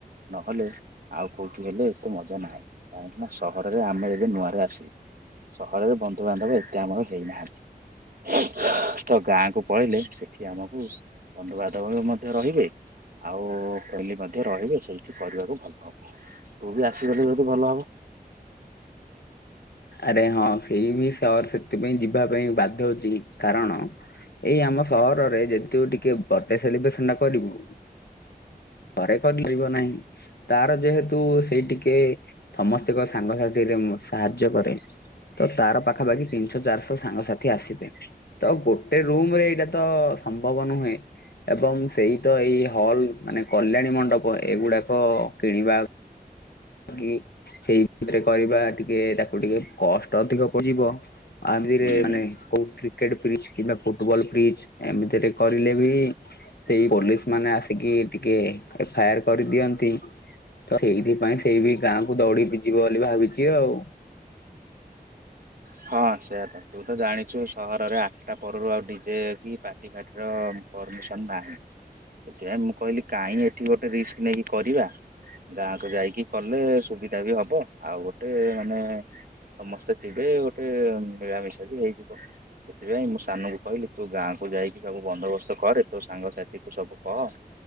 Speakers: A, on the right; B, on the left.
A: ନହଲେ ଆଉ କୋଉଠି ହେଲେ ଏତେ ମଜା ନାହିଁ କାହିଁକି ନା ସହରରେ ଆମେ ଏବେ ନୂଆରେ ଆସିବୁ। ସହରରେ ବନ୍ଧୁବାନ୍ଧବ ଏତେ ଆମର ହେଇନାହାନ୍ତି ତ ଗାଁ କୁ ପଲେଇଲେ ଏଠି ଆମକୁ ବନ୍ଧୁ-ବାନ୍ଧବ ମଧ୍ୟ ରହିବେ। ଆଉ ଖେିଲ ମଧ୍ୟ ରହିବେ ସେଇଠି କରିବାକୁ ଭଲ ହବ ତୁ ବି ଆସିଗଲେ ଯଦି ଭଲ ହବ।
B: ଆରେ ହଁ ସେଇ ବି ସହର ସେଥିପାଇଁ ଯିବା ପାଇଁ ବାଧ୍ୟ ହଛି କାରଣ ଏଇ ଆମ ସହରରେ ଯେତେ ମୁଁ ଟିକେ ବର୍ଥଡେ ସେଲିବ୍ରେସନ ଟା କରିବୁ ଘରେ କରିପାରିବ ନାହିଁ ତାର ଯେହେତୁ ସେଇ ଟିକେ ସମସ ପ୍ରତ୍ୟେକ ସାଙ୍ଗସାଥିରେ ମୁଁ ସାହାଯ୍ୟ କରେ। ତ ତାର ପାଖାପାଖି ତିନିଶହ ଚାରିଶହ ସାଙ୍ଗସାଥି ଆସିବେ। ତ ଗୋଟେ ରୁମରେ ଏଇଟା ତ ସମ୍ଭବ ନୁହେଁ। ଏବଂ ସେଇ ତ ଏଇ ହଲ ମାନେ କଲ୍ୟାଣୀ ମଣ୍ଡପ ଏଗୁଡାକ କିଣିବା ଟିକେ ସେଇ ଭିତରେ କରିବା ଟିକେ ତାକୁ ଟିକେ କଷ୍ଟ ଅଧିକ ପଡିଯିବ। ଆଧୀଅରେ
A: ହୁଁ
B: ମାନେ କୋଉଠି କ୍ରିକେଟ ଫ୍ରିଜ କିମ୍ବା ଫୁଟବଲ୍ ଫ୍ରିଜ ଏମିତିରେ କରିଲେ ବି ସେଇ ପୋଲିସ ମାନେ ଆସିକି ଟିକେ ଏଫଆର କରିଦିଅନ୍ତି। ତ ଏଇଥିପାଇଁ ସେଇ ବି ଗାଁକୁ ଦୌଡିି ଯିବ ବୋଲି ଭାବିଛି ଆଉ।
A: ହଁ ସେଇଆା ତ ତୁ ତ ଜାଣିଛୁ ସହରରେ ଆଠଟା ପରରୁ ଆଉ ଡିଜେ କି ପା ଦିଭାଇଦାର ପର୍ମିସନ୍ ନାହିଁ। ସେଇଆ ମୁଁ କହିଲି କାଇହିଁ ଏଠି ଗୋଟେ ରିସ୍କ ନେଇକି କରିବା। ଗାଁକୁ ଯାଇକି କଲେ ସୁବିଧା ବି ହବ ଆଉ ଗୋଟେ ମାନେ ସମସ୍ତେ ଥିବେ ଗୋଟେ ମିଳାମିଶା ବି ହେଇଯିବ ସେଥିପାଇଁ ମୁଁ ସାନଙ୍କୁ କହିଲି ତୁ ଗାଁକୁ ଯାଇକି ଯିବାକୁ ବନ୍ଦୋବସ୍ତ କରେ ତୋ ସାଙ୍ଗସାଥିକୁ ସବୁ କହ।